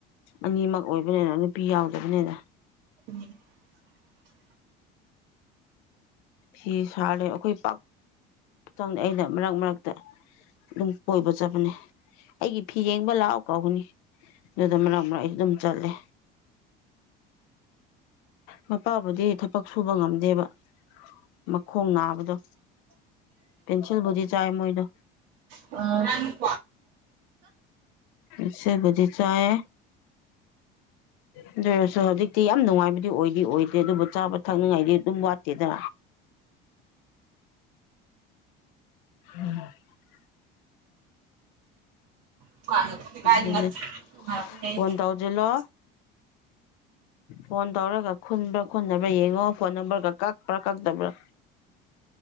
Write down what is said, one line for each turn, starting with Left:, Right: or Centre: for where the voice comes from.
Left: ꯑꯅꯤꯃꯛ ꯑꯣꯏꯕꯅꯤꯅ ꯅꯨꯄꯤ ꯌꯥꯎꯗꯕꯅꯤꯅ
Right: <unintelligible>
Left: ꯐꯤ ꯁꯥꯔꯦ ꯑꯩꯈꯣꯏ ꯄꯥꯛ ꯆꯪꯗꯦ ꯑꯩꯅ ꯃꯔꯛ ꯃꯔꯛꯇ ꯑꯗꯨꯝ ꯀꯣꯏꯕ ꯆꯠꯄꯅꯦ ꯑꯩꯒꯤ ꯐꯤ ꯌꯦꯡꯕ ꯂꯥꯛꯑꯣ ꯀꯧꯕꯅꯦ ꯑꯗꯨꯗ ꯃꯔꯛ ꯃꯔꯛ ꯑꯩꯗꯤ ꯑꯗꯨꯝ ꯆꯠꯂꯦ ꯃꯄꯥꯕꯨꯗꯤ ꯊꯕꯛ ꯁꯨꯕ ꯉꯝꯗꯦꯕ ꯃꯈꯣꯡ ꯅꯥꯕꯗꯣ ꯄꯦꯟꯁꯤꯜꯕꯨꯗꯤ ꯆꯥꯏ ꯃꯣꯏꯗꯣ
Right: ꯎꯝ
Left: ꯑꯁꯦꯕꯗꯤ ꯆꯥꯌꯦ ꯑꯗꯨ ꯑꯣꯏꯔꯁꯨ ꯍꯧꯖꯤꯛꯇꯤ ꯌꯥꯝ ꯅꯨꯡꯉꯥꯏꯕꯗꯤ ꯑꯣꯏꯗꯤ ꯑꯣꯏꯗꯦ ꯑꯗꯨꯕꯨ ꯆꯥꯕ ꯊꯛꯅꯉꯥꯏꯗꯤ ꯑꯗꯨꯝ ꯋꯥꯠ ꯇꯦꯗ <unintelligible>
Right: <unintelligible>
Left: ꯑꯗꯨꯅꯤ ꯐꯣꯟ ꯇꯧꯁꯤꯜꯂꯣ ꯐꯣꯟ ꯇꯧꯔꯒ ꯈꯨꯟꯕ꯭ꯔꯥ ꯈꯨꯟꯗꯕ꯭ꯔꯥ ꯌꯦꯡꯉꯣ ꯐꯣꯟ ꯅꯝꯕꯔꯒ ꯀꯛꯄ꯭ꯔꯥ ꯀꯛꯇꯕ꯭ꯔꯥ